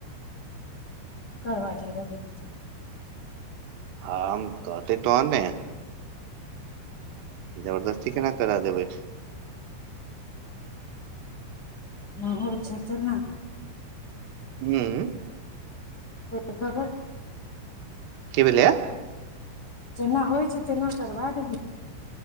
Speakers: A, on the left; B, on the right.
A: कर दिय र बि <inaudible>
B: आ हम कहते तोहन ने जबरदस्ती केना करा देबै
A: नहि होइ छै तेना
B: हुँ
A: ह ह
B: की भेले या
A: जेना होइ छै तना करबा देब